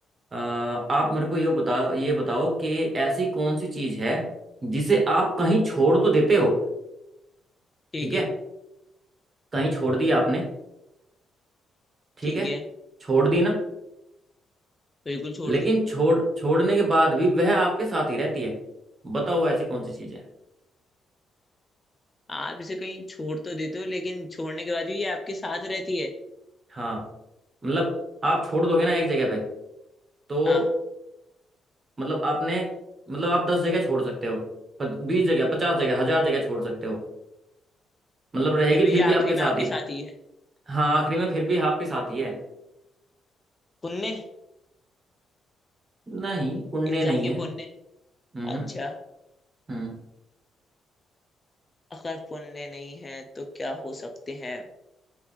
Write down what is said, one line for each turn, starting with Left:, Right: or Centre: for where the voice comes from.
Right: आ, आप मेरे को ये बताओ ये बताओ कि ऐसी कौन सी चीज है जिसे आप कहीं छोड़ तो देते हो
Left: ठीक
Right: ठीक
Left: है
Right: है कहीं छोड़ दी आपने ठीक
Left: ठीक
Right: है
Left: है
Right: छोड़ दी ना
Left: बिल्कुल छोड़
Right: लेकिन
Left: दी
Right: छोड़ छोड़ने के बाद भी वह आपके साथ ही रहती है बताओ वो ऐसी कौन सी चीज है
Left: आप इसे कहीं छोड़ तो देते हो लेकिन छोड़ने के बाद भी ये आपके साथ रहती है
Right: हाँ मतलब आप छोड़ दोगे ना एक जगह पे तो
Left: हाँ
Right: मतलब आपने मतलब आप दस जगह छोड़ सकते हो बीस जगह पचास जगह हजार जगह छोड़ सकते हो मतलब रहेगी
Left: फिर भी
Right: फिर
Left: ये
Right: भी
Left: आखिरी
Right: आपके साथ
Left: में आपके
Right: ही
Left: साथ ही है
Right: हाँ आखिरी में फिर भी आपके साथ ही है
Left: पुण्य
Right: नहीं पुण्य
Left: इंसान
Right: नहीं
Left: के
Right: है
Left: पुण्य
Right: हम्म
Left: अच्छा
Right: हम्म
Left: अगर पुण्य नहीं है तो क्या हो सकते हैं